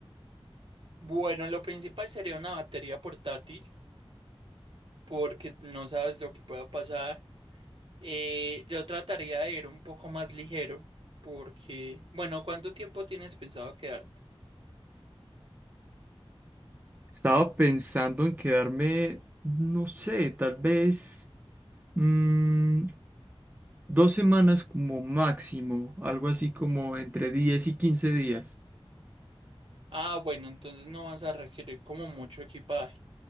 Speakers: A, on the right; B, on the right.
A: Bueno, lo principal sería una batería portátil porque no sabes lo que pueda pasar. Eh, yo trataría de ir un poco más ligero porque, bueno, ¿cuánto tiempo tienes pensado quedarte?
B: Estaba pensando en quedarme, no sé, tal vez mm, dos semanas como máximo, algo así como entre 10 y 15 días.
A: Ah, bueno, entonces no vas a requerir como mucho equipaje.